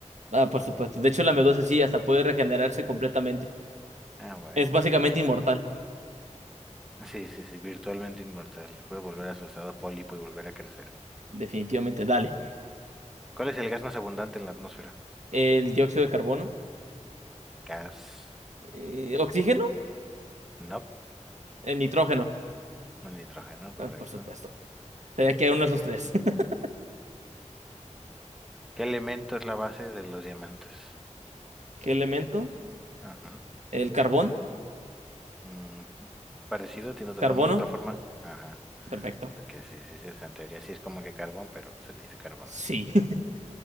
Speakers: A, on the right; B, in the centre.
A: ah, por supuesto. De hecho, la medusa sí, hasta puede regenerarse completamente.
B: Ah, bueno.
A: Es básicamente inmortal,
B: Sí, sí, sí, virtualmente inmortal. Puede volver a su estado pólipo y volver a crecer.
A: definitivamente. Dale.
B: ¿Cuál es el gas más abundante en la atmósfera?
A: El dióxido de carbono,
B: Gas.
A: eh, oxígeno,
B: No.
A: el nitrógeno,
B: El nitrógeno, correcto.
A: Ah, por supuesto. Sería que hay uno de esos tres. <laughs>
B: ¿Qué elemento es la base de los diamantes?
A: ¿Qué elemento?
B: Ajá.
A: El carbón,
B: Mm, parecido, tiene otro
A: carbono,
B: nombre, otra forma. Ajá.
A: perfecto.
B: Ok, sí, sí, sí, o sea, en teoría sí es como que carbón, pero se le dice carbono.
A: Sí, <laughs>